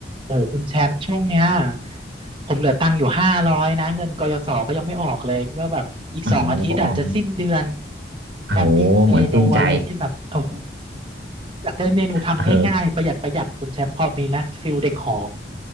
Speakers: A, on the right; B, on the right.
A: โอ้คุณแชมป์ช่วงเนี้ยผมเหลือตังค์อยู่ห้าร้อยนะเงินกยศก็ยังไม่ออกเลยก็แบบอีกสองอาทิตย์อาจจะสิ้นเดือน
B: อ๋อเอ
A: แชมป์มีเมนูอะไรที่แบบโอ้โห
B: เหมือนสิ้นใจ
A: อยากได้เมนูทำง่ายๆประหยัดประหยัดคุณแชมป์พอมีไหมฟิลเด็กหอ
B: เออ